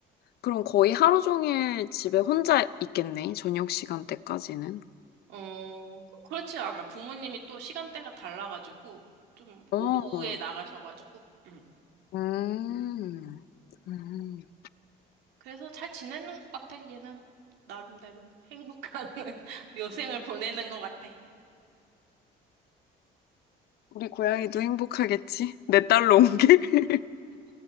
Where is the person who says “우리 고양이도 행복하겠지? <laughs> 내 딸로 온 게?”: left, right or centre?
Left